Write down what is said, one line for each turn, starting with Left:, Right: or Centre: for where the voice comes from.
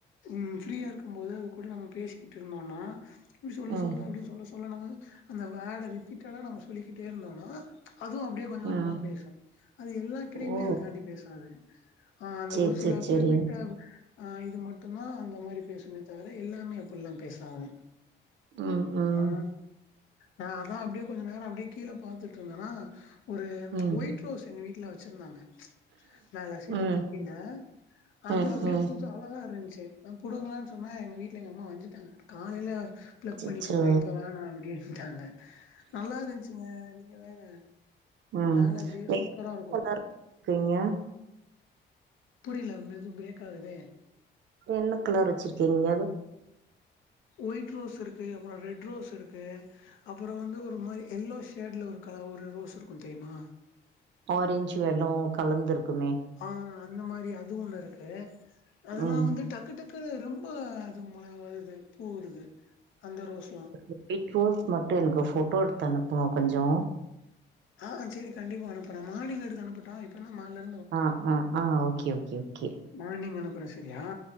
Left: ம் ஃப்ரீயா இருக்கும் போது அது கூட நம்ம பேசிக்கிட்டு இருந்தோனா இப்டி சொல்லி
Right: ம்
Left: சொல்ல அப்டி சொல்ல சொல்ல நம்ம அந்த வேட ரிப்பீட்டடா நம்ம சொல்லிக்கிட்டே இருந்தோன்னா அதுவும் அப்டியே கொஞ்ச கொஞ்சமா
Right: ம்
Left: பேசும் அது எல்லா கிடைய்மே
Right: ஓ
Left: அதுகாண்டி பேசாது ஆ அந்த
Right: சேரி
Left: ஒரு சில
Right: சேரி சேரி
Left: குறிப்பிட்ட ஆ இது மட்டுந்தா அந்த மாரி பேசுமே தவிர எல்லாமே அப்பல்லா பேசாது
Right: ம் ம்
Left: ஆ நா அதா அப்டியே கொஞ்ச நேரோ அப்டியே கீழ பாத்துட்ருந்தன்னா ஒரு
Right: ம்
Left: ஒயிட் ரோஸ் எங்க வீட்ல வச்சிருந்தாங்க மேல சீன
Right: ம்
Left: தொட்டிங்க அது
Right: ம்
Left: அப்டியே
Right: ம்
Left: பூத் அவ்ள தா இருந்துச்சு நாங் புடுங்களான் சொன்னே எங்க வீட்ல எங்கம்மா வஞ்சிட்டாங்க காலைல ப்ளக்
Right: அச்சச்சோ
Left: பண்ணிக்கோங்க இப்ப வேணா அப்டின்ட்டாங்க நல்லா இருந்ச்சுங்க நீங்க வேற
Right: ம்
Left: மேல அப்டியே
Right: <inaudible>
Left: சூப்பரா இருக்கு
Right: இருக்கிறீங்க
Left: புரிய்ல மெது பிரேக் ஆகுதே
Right: என்ன கலர் வச்சிருக்கீங்கள்
Left: ஒயிட் ரோஸ் இருக்கு அப்றோ ரெட் ரோஸ் இருக்கு அப்பறோ வந்து ஒரு மாரி எல்லோ ஷேட்ல ஒரு கல ஒரு ரோஸ் இருக்கும் தெரியுமா
Right: ஆரஞ்ச் வெல்லோ கலந்துருக்குமே
Left: ஆ அந்த மாரி அது ஒண்ணு இருக்கு அதெல்லா
Right: ம்
Left: வந்து ட க்கு டக்கு ரொம்ப அது மொளை வருது பூ விடுது அந்த ரோஸ்லா
Right: <inaudible> ஒயிட் ரோஸ் மட்டு எனக்கு போட்டோ எடுத்து அனுப்புங்க கொஞ்சோ
Left: ஆ செரி கண்டிப்பா அனுப்புறே மார்னிங் எடுத்து அனுப்புட்டா இப்ப தா மால்ல
Right: ஆ ஆ ஆ ஓகே ஓகே ஓகே
Left: மார்னிங் அனுப்புறே சரியா